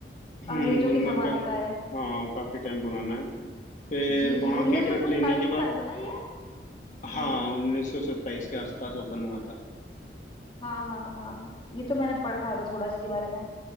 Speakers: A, on the left; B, on the left.
A: हम्म,
B: अंग्रेजों
A: गुलमर्ग
B: के जमाने
A: का
B: का है
A: हाँ काफी टाइम पुराना है फिर
B: जी जी
A: वहाँ
B: 1927
A: की ट्रिप लेने के बाद
B: का है ना ये जी
A: हाँ उन्नीस सौ सत्ताईस के आसपास ओपन हुआ था
B: हाँ हाँ हाँ ये तो मैंने पढ़ा था थोड़ा इसके बारे में